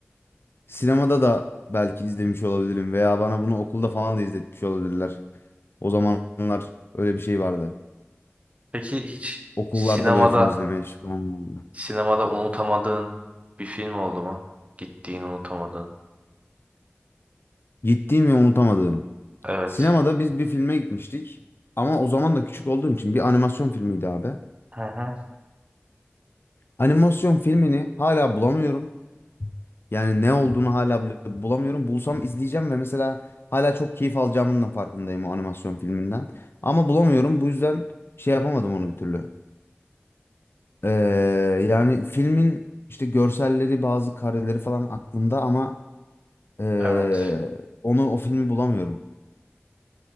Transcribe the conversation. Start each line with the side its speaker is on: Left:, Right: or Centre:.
Left: Sinemada da belki izlemiş olabilirim veya bana bunu okulda falan da izletmiş olabilirler. O zamanlar öyle bir şey vardı.
Right: Peki hiç
Left: Okullarda
Right: sinemada
Left: böyle film izlemeye falan vardı.
Right: sinemada unutamadığın bir film oldu mu? Gittiğin unutamadığın.
Left: Gittiğim ve unutamadığım.
Right: Evet.
Left: Sinemada biz bir filme gitmiştik. Ama o zaman da küçük olduğum için bir animasyon filmiydi abi.
Right: Hı hı.
Left: Animasyon filmini hala bulamıyorum. Yani ne olduğunu hala bile bulamıyorum. Bulsam izleyeceğim ve mesela hala çok keyif alacağımın da farkındayım o animasyon filminden. Ama bulamıyorum. Bu yüzden şey yapamadım onu bir türlü. Ee, yani filmin işte görselleri, bazı kareleri falan aklımda ama ee,
Right: Evet.
Left: onu o filmi bulamıyorum.